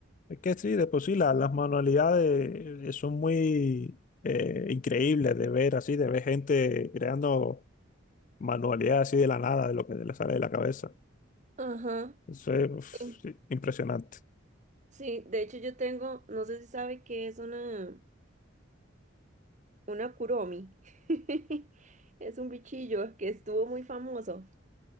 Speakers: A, on the left; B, on the right.
A: es que sí, de por sí la- las manualidades eh, son muy eh, increíbles de ver así, de ver gente creando manualidades así de la nada, de lo que le sale de la cabeza.
B: Ajá.
A: Eso es uf,
B: em,
A: sí, impresionante.
B: Sí, de hecho yo tengo, no sé si sabe que es una, una Kuromi. <laughs> Es un bichillo que estuvo muy famoso.